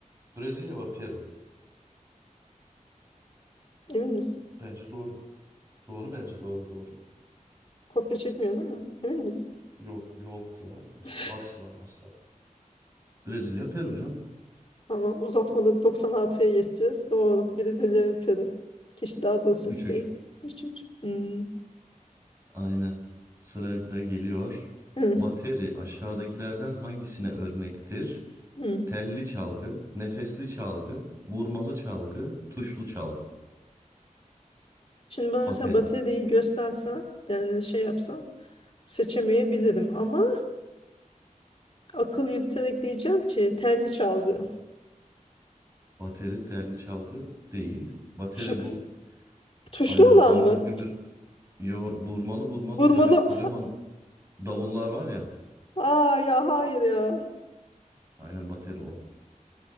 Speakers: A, on the right; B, on the left.
A: Brezilya ve Peru.
B: Emin misin?
A: Bence doğru. Doğru bence doğru doğru.
B: Kopya çekmiyor değil mi? Emin misin?
A: Yok yok ya. Asla
B: <laughs>
A: asla asla. Brezilya Peru canım.
B: Tamam uzatmada 96'ya geçeceğiz. Doğru. Brezilya ve Peru. Keşke daha zor seçseydim.
A: 3-3.
B: Üç, üç. Hmm.
A: Aynen. Sırada geliyor.
B: Hmm.
A: Bateri aşağıdakilerden hangisine örnektir?
B: Hmm.
A: Telli çalgı, nefesli çalgı, vurmalı çalgı, tuşlu çalgı.
B: Şimdi bana
A: Bateri.
B: mesela bataryayı göstersen yani şey yapsan seçemeyebilirim ama akıl yürüterek diyeceğim ki telli çalgı.
A: Bateri telli çalgı değil. Bateri
B: Şık.
A: bu
B: Tuşlu
A: aynen
B: olan
A: bambur
B: mı?
A: gümbür yo, vurmalı vurmalı
B: Vurmalı.
A: böyle kocaman davullar var ya.
B: Aa ya hayır ya.
A: Aynen bateri o.